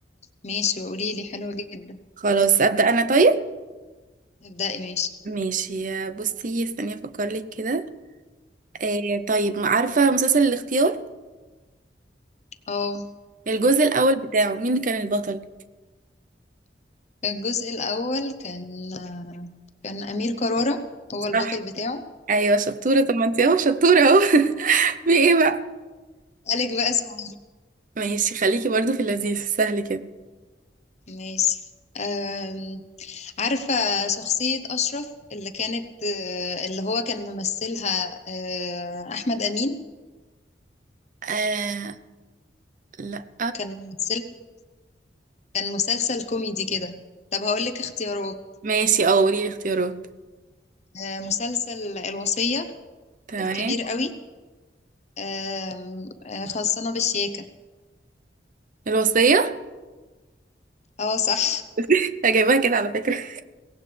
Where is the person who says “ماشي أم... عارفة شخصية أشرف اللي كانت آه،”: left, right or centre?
Left